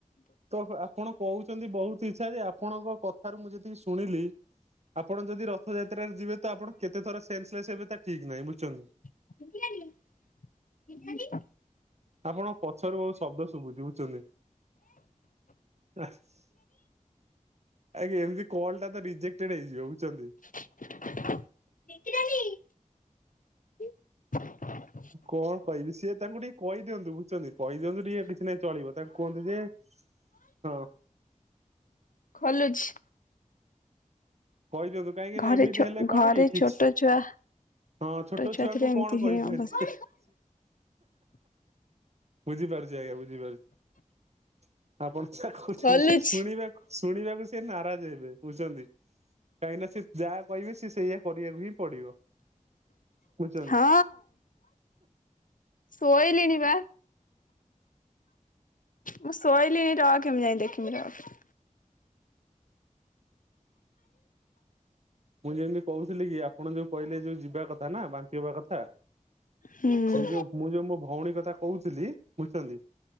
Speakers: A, on the right; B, on the left.
A: ତ ଆପଣ କହୁଚନ୍ତି ବହୁତ୍ ଇଚ୍ଛା ଯେ ଆପଣଙ୍କ କଥାରୁ ମୁଁ ଯେତିକି ଶୁଣିଲି ଆପଣ ଯଦି ରଥଯାତ୍ରାରେ ଯିବେ ତ ଆପଣ କେତେ ଥର ସେନ୍ସଲେସ୍ ହେବେ ତା ଠିକ୍ ନାହିଁ ବୁଝଛନ୍ତି।
B: <inaudible>
A: ଆପଣ ପଛରୁ ବହୁତ୍ ଶବ୍ଦ ଶୁଭୁଛି ବୁଝୁଛନ୍ତି। <unintelligible> ଆଜ୍ଞ ଏମତି କଲ୍ ଟା ତ ରିଜେଟେଡ୍ ହେଇଯିବ ବୁଝଛନ୍ତି।
B: <inaudible>
A: କଣ କହିବି ସିଏ ତାଙ୍କୁ ଟିକେ କହିଦିଅନ୍ତୁ ବୁଝଛନ୍ତି କହିଦିଅନ୍ତୁ ଟିକେ କିଛି ନାଇଁ ଚଳିବ ତାଙ୍କୁ କୁହନ୍ତୁ ଯେ ହଁ
B: ଖୋଲୁଚି।
A: କହିଦିଅନ୍ତୁ କାହିଁକି
B: ଘରେ
A: ନା ଏମିତି
B: ଛୋ
A: ହେଲେ କଣ
B: ଘରେ
A: କି କିଛି
B: ଛୋଟ ଛୁଆ
A: ହଁ ଛୋଟ
B: ଛୁଆ
A: ଛୁଆଙ୍କୁ
B: ଥିଲେ ଏମିତି
A: କଣ କହିପାରିବେ
B: ହିଁ ଅବସ୍ଥା।
A: ବୁଝିପାରୁଛି ଆଜ୍ଞା ବୁଝିପାରୁଛି। ଆପଣ ଯା କହୁଛନ୍ତି
B: ଖୋଲୁଛି
A: ସେ ଶୁଣିବାକୁ-ଶୁଣିବାକୁ ସିଏ ନାରାଜ ହେବେ ବୁଝୁଛନ୍ତି। କାହିଁକିନା ସେ ଯାହା କହିବେ ସି ସେଇଆ କରିବାକୁ ହିଁ ପଡିବ। ବୁଝୁଛନ୍ତି।
B: ହଁ ଶୋଇଲିଣି ବା। ମୁଁ ଶୋଇଲିଣି ରଖେ ମୁଁ ଯାଇଁ ଦେଖିବି ରଖେ।
A: ମୁଁ ଯେମିତି କହୁଥିଲି କି ଆପଣ ଯୋଉ କହିଲେ ଯୋଉ ଯିବା ନା ବାନ୍ତି ହବା କଥା
B: ହୁଁ
A: ସେଇ ଯୋଉ ମୁଁ ଯୋଉ ମୋ ଭଉଣୀ କଥା କହୁଥିଲି ବୁଝୁଛନ୍ତି।